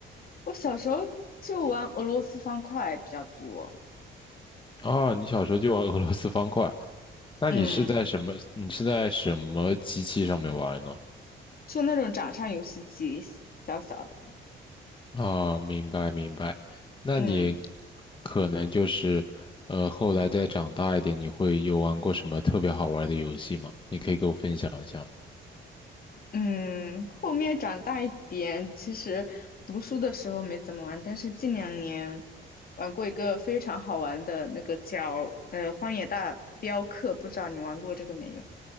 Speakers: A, on the left; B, on the left.
A: 我小时候就玩俄罗斯方块比较多。
B: 啊，你小时候就玩 <laughs> 俄罗斯方块，那你是在什么？
A: 嗯，
B: 你是在什么机器上面玩呢？
A: 就那种掌上游戏机，小小的。
B: 啊，明白明白。那你
A: 嗯。
B: 可能就是，呃，后来再长大一点，你会有玩过什么特别好玩的游戏吗？你可以给我分享一下吗？
A: 嗯，后面长大一点，其实读书的时候没怎么玩，但是近两年玩过一个非常好玩的那个叫呃《荒野大镖客》，不知道你玩过这个没有？